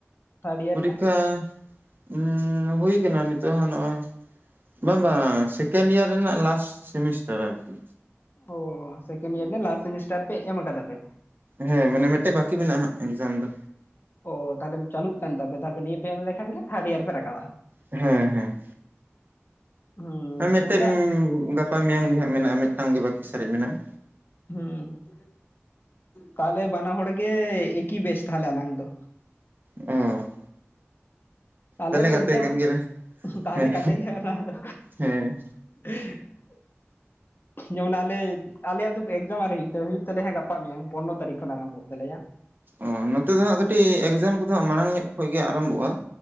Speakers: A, on the left; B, on the right.
A: ᱛᱷᱟᱨᱰ ᱤᱭᱟᱨ
B: ᱯᱩᱨᱤᱠᱠᱷᱟ
A: ᱨᱮᱱᱟᱜ
B: ᱩᱸ ᱦᱩᱭ ᱠᱟᱱᱟ ᱱᱤᱛᱚᱜ ᱦᱟᱸᱜ ᱱᱚᱜ-ᱚᱭ᱾ ᱵᱟᱝ ᱵᱟᱝ ᱥᱮᱠᱮᱱᱰᱤᱭᱟᱨ ᱨᱮᱱᱟᱜ ᱞᱟᱥᱴ ᱥᱮᱢᱤᱥᱴᱟᱨ ᱟᱨ ᱠᱤ᱾
A: ᱚ ᱥᱮᱠᱮᱱᱰ ᱤᱭᱟᱨ ᱞᱟᱥᱴ ᱥᱮᱢᱤᱥᱴᱟᱨ ᱯᱮ ᱮᱢ ᱠᱟᱫᱟ ᱯᱮ?
B: ᱦᱮᱸ ᱢᱟᱱᱮ ᱢᱤᱫ ᱴᱮᱡ ᱵᱟᱠᱤ ᱢᱮᱱᱟᱜᱼᱟ ᱮᱠᱡᱟᱢ ᱫᱚ
A: ᱚ ᱛᱟᱦᱚᱞᱮ ᱪᱟᱹᱞᱩᱜ ᱠᱟᱱ ᱛᱟᱯᱮ ᱛᱟᱯᱮ ᱱᱤᱭᱟᱹ ᱯᱮ ᱮᱢ ᱞᱮᱠᱷᱟᱱ ᱜᱮ ᱛᱷᱟᱨᱰ ᱤᱭᱟᱨ ᱯᱮ ᱨᱟᱠᱟᱵᱟ
B: ᱦᱮᱸ ᱦᱮᱸ
A: ᱦᱩᱸ
B: ᱢᱤᱫᱴᱮᱡᱜᱟᱯᱟ
A: ᱜᱚᱝᱠᱮ
B: ᱢᱮᱭᱟᱝ ᱜᱮ ᱦᱟᱜ ᱢᱮᱱᱟᱜᱼᱟ ᱢᱤᱫᱴᱟᱝ ᱜᱮ ᱵᱟᱹᱠᱤ ᱥᱟᱨᱮᱡ ᱢᱮᱱᱟᱜᱼᱟ
A: ᱦᱩᱸ, ᱛᱟᱦᱞᱮ ᱵᱟᱱᱟ ᱦᱚᱲ ᱜᱮ ᱮᱠᱤ ᱵᱮᱪ ᱛᱟᱦᱞᱮ ᱟᱞᱟᱝ ᱫᱚ᱾
B: ᱚ
A: ᱟᱞᱮ
B: ᱛᱟᱦᱚᱞᱮ
A: ‌ᱫᱚ ᱮᱜᱽᱡᱟᱢ
B: ᱜᱟᱛᱮ ᱠᱟᱱ ᱜᱮᱞᱮ
A: ᱩᱸ ᱛᱟᱦᱞᱮ
B: ᱦᱮᱸ
A: ᱜᱟᱛᱮ ᱜᱮ ᱟᱞᱟᱝ ᱫᱚ
B: ᱦᱮᱸ
A: <inaudible> ᱡᱮᱢᱚᱱ ᱟᱞᱮ ᱟᱞᱮᱭᱟᱜ ᱫᱚ ᱯᱚ ᱮᱠᱡᱟᱢ ᱟᱨ ᱦᱩᱭᱩᱜ ᱛᱟ ᱦᱩᱭᱩᱜ ᱛᱟᱞᱮᱭᱟ ᱜᱟᱯᱟ ᱢᱮᱭᱟᱝ ᱯᱚᱱᱚᱨᱚ ᱛᱟᱹᱨᱤᱠᱷ ᱠᱷᱚᱱ ᱟᱨᱚᱢᱵᱚᱜ ᱛᱟᱞᱮᱭᱟ᱾
B: ᱚ ᱱᱚᱛᱮ ᱫᱚ ᱦᱟᱸᱜ ᱠᱟᱹᱴᱤᱡ ᱮᱠᱡᱟᱢ ᱠᱩᱫᱚ ᱦᱜ ᱢᱟᱬᱟᱝ ᱧᱚᱜ ᱠᱷᱚᱡ ᱜᱮ ᱟᱨᱢᱵᱚᱜ-ᱟ᱾